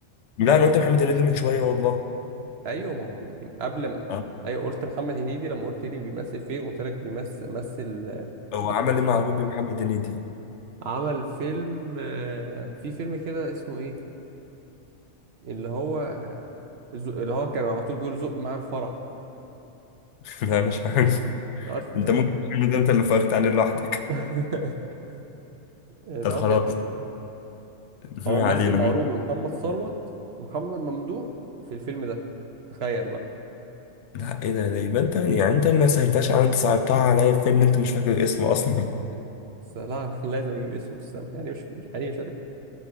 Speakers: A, on the left; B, on the right.
A: لا انا قلت محمد هنيدي من شويه والله
B: <laughs> أيوه ما هو من قبل ما
A: آه.
B: أيوه قلت محمد هنيدي لما قلت لي بيمثل فين قلت لك بيمثل مثل آه،
A: هو
B: مع
A: عمل
B: أحمد السقا
A: ايه مع روبي محمد هنيدي
B: عمل فيلم آه، في فيلم كده اسمه إيه؟ اللي هو آه، زو- اللي هو كان على طول بيقول زق مع الفرح
A: <laughs> لا مش عارف
B: عارفه
A: انت
B: يا
A: ممكن تعمل ده انت اللي فرقت عليه لوحدك
B: <laughs> اللي
A: طب خلاص
B: هو كان اسمه إيه؟
A: <laughs>
B: هو
A: ما
B: ممثل
A: علينا
B: مع
A: ممكن
B: روبي محمد ثروت ومحمد ممدوح في الفيلم ده تخيل بقى
A: لا ايه ده ده يبقى انت يعني انت ما سهلتهاش على انت صعبتها عليا في فيلم انت مش فاكر اسمه اصلا <laughs>
B: بس لا انا <laughs> لازم اجيب اسمه استنى يعني مش مش يعني مش عارف